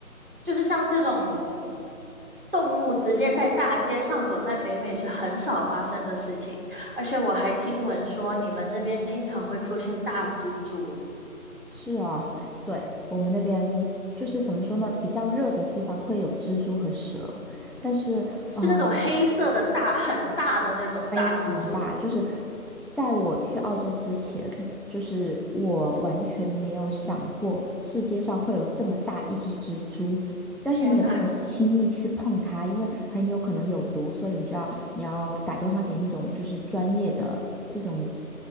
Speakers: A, on the right; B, in the centre.
A: 就是像这种动物直接在大街上走，在北美是很少发生的事情，而且我还听闻说你们那边经常会出现大蜘蛛，
B: 是啊，<laughs> 对，我们那边就是怎么说呢，比较热的地方会有蜘蛛和蛇，但是呃
A: 是那种黑色的大，很大的那种大蜘蛛。
B: 非常大，就是在我去澳洲之前，就是我完全没有想过世界上会有这么大一只蜘蛛，但是你也不能轻易去碰它，
A: 天呐，
B: 因为很有可能有毒，所以你就要你要打电话给那种就是专业的这种